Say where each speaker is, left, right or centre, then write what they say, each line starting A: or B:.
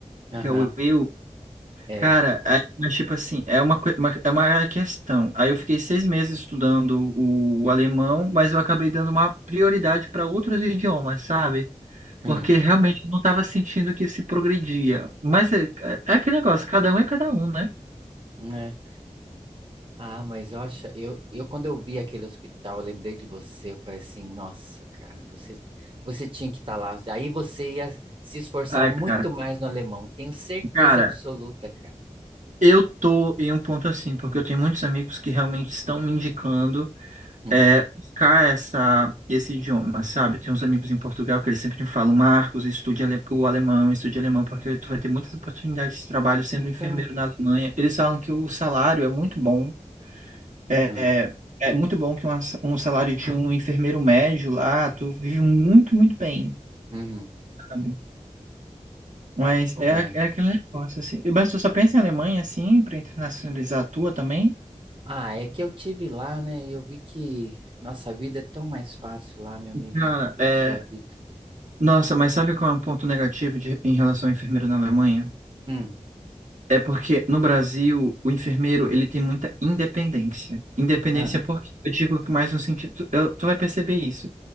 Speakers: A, on the right (about 40°); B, on the right (about 75°).
A: Aham,
B: que é o eu,
A: é.
B: Cara, aí- mas tipo assim, é uma, coi- uma- é uma questão. Aí eu fiquei seis meses estudando o alemão, mas eu acabei dando uma prioridade para outros idiomas, sabe? Porque
A: Hum,
B: realmente eu não estava sentindo que se progredia. Mas é, é é aquele negócio, cada um é cada um, né?
A: né? Ah, mas eu acho, eu, eu quando eu vi aquele hospital, eu lembrei de você, eu falei assim, nossa, cara, você, você tinha que estar lá. Aí você ia se esforçar
B: Ai,
A: muito
B: cara.
A: mais no alemão, tenho certeza
B: Cara,
A: absoluta, cara.
B: eu tô em um ponto assim, porque eu tenho muitos amigos que realmente estão me indicando.
A: Hum.
B: é, buscar essa, esse idioma, sabe? Tem uns amigos em Portugal que eles sempre me falam, Marcos, estude ale- o alemão, estude alemão, porque tu vai ter muitas oportunidades de trabalho sendo
A: Então,
B: um enfermeiro na Alemanha. Eles falam que o salário é muito bom, é,
A: hum,
B: é, é muito bom que uma- um salário de um enfermeiro médio lá, tu vive muito, muito bem,
A: uhum,
B: sabe? Mas é,
A: olha.
B: é aquele negócio, assim. Mas tu só pensa em Alemanha, assim, para internacionalizar a tua também?
A: Ah, é que eu tive lá, né? E eu vi que nossa vida é tão mais fácil lá, meu amigo.
B: Cara,
A: Puxa
B: é...
A: vida.
B: Nossa, mas sabe qual é um ponto negativo de- em relação ao enfermeiro na Alemanha?
A: Hum,
B: É porque no Brasil o enfermeiro ele tem muita independência. Independência
A: ah,
B: porque eu digo que mais no sentido, eu- tu vai perceber isso.